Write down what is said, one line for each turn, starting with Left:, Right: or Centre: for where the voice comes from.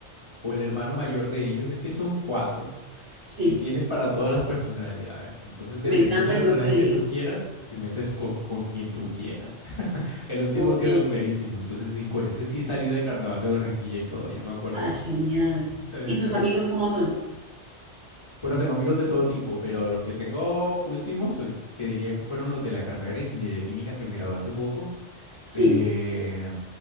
Left: o el hermano mayor de ellos, es que son cuatro.
Right: Sí,
Left: Y tiene para todas las personalidades. Entonces, dependiendo
Right: me encanta
Left: del
Right: y uno
Left: plan
Right: puede elegir.
Left: que tú quieras, te metes con, con quien tú quieras. <laughs> El último
Right: Ok,
Left: sí es rumberísimo. Entonces, sí, con ese sí salí del carnaval de Barranquilla y todo, ya me acordé.
Right: ah, genial.
Left: Eh,
Right: ¿Y
Left: Entonces,
Right: tus amigos cómo son?
Left: bueno, tengo amigos de todo tipo, pero los que tengo últimos, eh, que diría que fueron los de la carrera de Ingeniería Química que me gradué hace poco,
Right: Sí,
Left: eh,